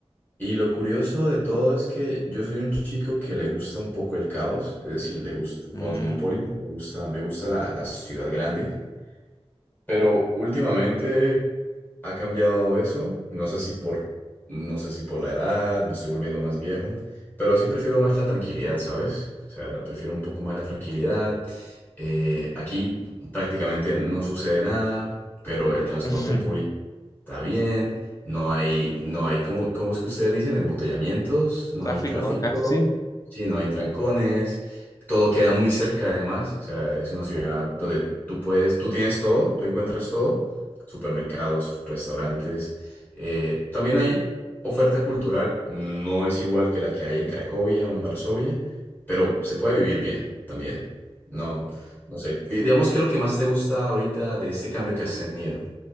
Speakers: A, on the left (about 15°); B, on the left (about 35°).
A: Y lo curioso de todo es que yo soy un chico que le gusta un poco el caos, es decir, le gusta
B: Mm,
A: cosmopolita, le gusta, me gusta la, la ciudad grande. Pero últimamente ha cambiado eso, no sé si por, no sé si por la edad, me estoy volviendo más viejo, pero sí prefiero más la tranquilidad, ¿sabes? O sea, prefiero un poco más la tranquilidad. Eh, aquí prácticamente no sucede nada, pero el transporte
B: <laughs>
A: público está bien, no hay, no hay, ¿cómo, cómo es que ustedes dicen? Embotellamientos, no
B: Tráfico
A: hay tráfico,
B: acá, sí.
A: sí, no hay trancones. Todo queda muy cerca además, o sea, es una ciudad donde tú puedes, tú tienes todo, tú encuentras todo, supermercados, restaurantes. Eh, también hay oferta cultural, no es igual que la que hay en Cracovia o en Varsovia, pero se puede vivir bien también. No, no sé, Di- digamos que lo que más te gusta ahorita de este cambio que has tenido